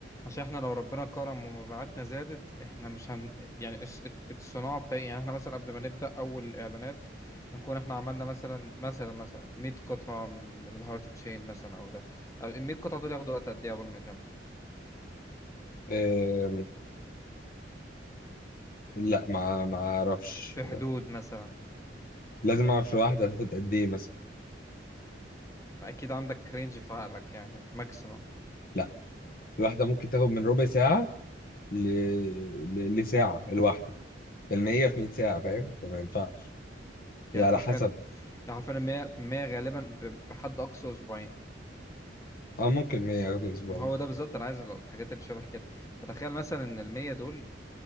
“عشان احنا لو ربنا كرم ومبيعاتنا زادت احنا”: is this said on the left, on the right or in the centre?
Left